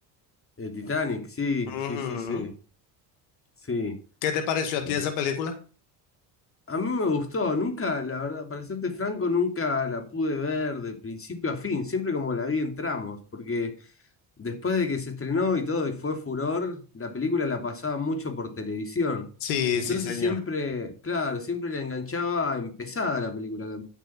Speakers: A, on the left; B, on the left.
A: El Titanic, sí,
B: Ujú.
A: sí, sí, sí, sí.
B: ¿Qué te pareció
A: Eh,
B: a ti esa película?
A: A mí me gustó, nunca, la verdad, para serte franco, nunca la pude ver de principio a fin, siempre como la vi en tramos, porque Después de que se estrenó y todo y fue furor, la película la pasaba mucho por televisión.
B: Sí,
A: Entonces
B: sí, señor.
A: siempre, claro, siempre la enganchaba empezada la película. La,